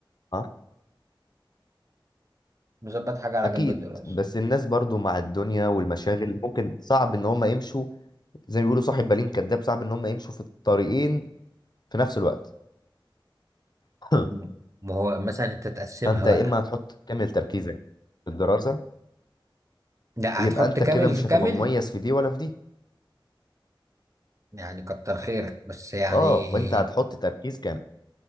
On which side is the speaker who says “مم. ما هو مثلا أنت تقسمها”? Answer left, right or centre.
Right